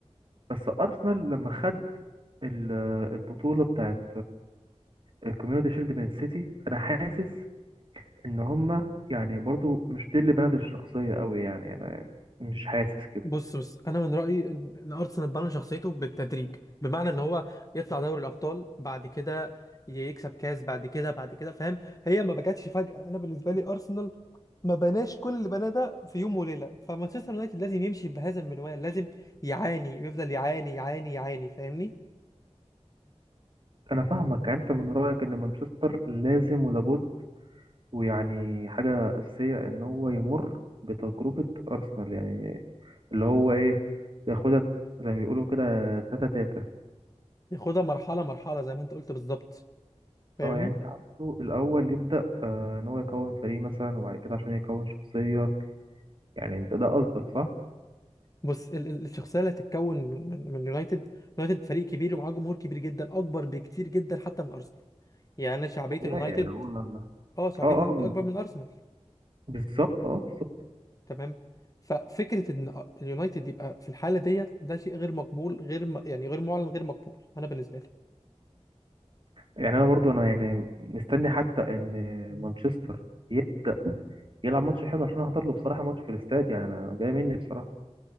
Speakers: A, on the right; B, on the left.
A: بس ارسنال لما خد ال- آه، البطولة بتاعت الكوميونتي شيلد من السيتي انا حاسس ان هما يعني برضه مش دي اللي بنت الشخصية قوي يعني انا مش حاسس كده
B: بص بص انا من رايي ان إن ارسنال بنى شخصيته بالتدريج بمعنى ان هو يطلع دوري الابطال بعد كده يكسب كاس بعد كده بعد كده فاهم هي ما بجاتش فجاه انا بالنسبه لي ارسنال ما بناش كل اللي بناه ده في يوم وليله فمانشستر يونايتد لازم يمشي بهذا المنوال لازم يعاني يفضل يعاني يعاني يعاني فاهمني
A: انا فاهمك يعني انت من رأيك ان مانشستر لازم ولابد ويعني حاجة أساسية ان هو يمر بتجربة أرسنال يعني اللي هو ايه ياخدها زي ما بيقولوا كده تاتا تاتا
B: ياخدها مرحله مرحله زي ما انت قلت بالظبط فاهمني
A: اه يعني انت عاوزه الاول يبدأ آه ان هو يكون فريق مثلا وبعد كده عشان يكون شخصية يعني انت ده قصدك صح
B: بص ال ال الشخصيه اللي هتتكون من من من يونايتد يونايتد فريق كبير ومعاه جمهور كبير جدا اكبر بكتير جدا حتى من ارسنال يعني انا شعبيه
A: طبيعي
B: اليونايتد
A: يعني هو اه
B: اه شعبيه
A: اه
B: اليونايتد
A: م-
B: اكبر من ارسنال
A: بالظبط اه بالظبط
B: تمام ففكره ان اليونايتد يبقى في الحاله ديت ده شيء غير مقبول غير م... يعني غير معلن غير مقبول انا بالنسبه لي
A: يعني انا برضو انا يعني مستني حتى ان
B: مم.
A: مانشستر يبدأ يلعب ماتش حلو عشان احضر له بصراحة ماتش في الاستاد يعني انا جاي مني بصراحة